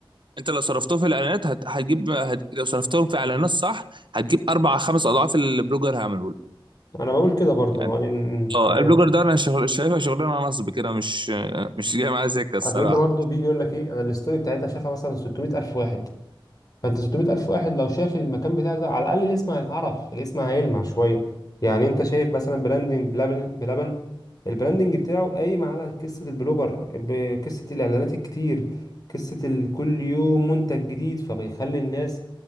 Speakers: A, on the right; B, on the left.
A: انت لو صرفتهم في الاعلانات هت... هتجيب هت... لو صرفتهم في اعلانات صح هتجيب اربع خمس اضعاف اللي البلوجر هيعمله لك
B: انا بقول كده برضو
A: يعني
B: يعني م- م-
A: اه
B: تمام
A: البلوجر ده انا شغل شايفها شغلانه نصب كده مش مش جايه معايا سكه الصراحه
B: عشان انت برضه بيجي يقول لك ايه انا الستوري بتاعتها شافها مثلا 600 الف واحد فانت 600 الف واحد لو شاف المكان بتاعك ده على الاقل الاسم هيتعرف الاسم هيلمع شويه يعني انت شايف مثلا براندنج بلبن بلبن البراندنج بتاعه قايم على قصه البلوجر بقصه الاعلانات الكتير قصه ال- كل يوم منتج جديد فبيخلي الناس